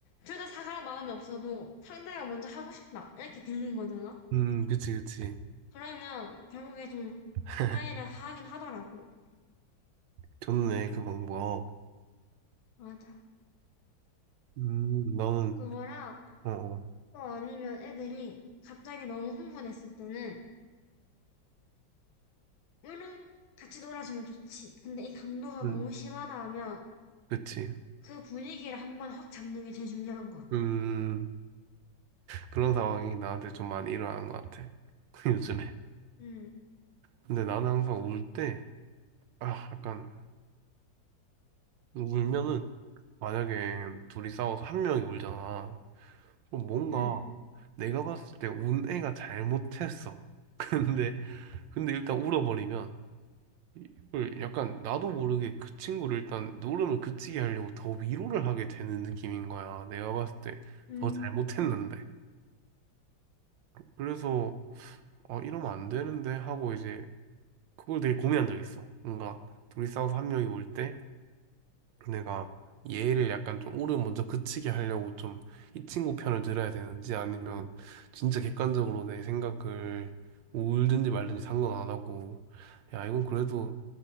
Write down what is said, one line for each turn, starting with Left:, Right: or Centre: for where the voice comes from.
Left: 둘 다 사갈 마음이 없어도 상대가 먼저 하고 싶다 이렇게 들린 거잖아.
Right: 음, 그치, 그치.
Left: 그러면 결국에 좀
Right: <laughs>
Left: 화해를 하긴 하더라고.
Right: 좋네, 그 방법.
Left: 맞아.
Right: 음, 너는,
Left: 그거랑
Right: 어, 어.
Left: 또 아니면 애들이 갑자기 너무 흥분했을 때는 물론 같이 놀아주면 좋지. 근데 이 강도가
Right: 음,
Left: 너무 심하다 하면
Right: 그치.
Left: 그 분위기를 한번 확 잡는 게 제일 중요한 것 같아.
Right: 음, 그런 상황이 나한테 좀 많이 일어나는 것 같아, <laughs> 요즘에.
Left: 음,
Right: 근데 나는 항상 울 때, 아, 약간, 울면은, 만약에 둘이 싸워서 한 명이 울잖아. 그럼 뭔가,
Left: 음,
Right: 내가 봤을 때 운 애가 잘못했어. <laughs> 근데, 근데 일단 울어버리면 이걸 약간 나도 모르게 그 친구를 일단 울음을 그치게 하려고 더 위로를 하게 되는 느낌인 거야. 내가 봤을 때
Left: 음,
Right: 더 잘못했는데. 그래서 아 이러면 안 되는데 하고 이제 그걸 되게 고민한 적 있어. 뭔가 둘이 싸워서 한 명이 울 때 내가 얘를 약간 좀 울음 먼저 그치게 하려고 좀 이 친구 편을 들어야 되는지 아니면 진짜 객관적으로 내 생각을 울든지 말든지 상관 안 하고 야 이건 그래도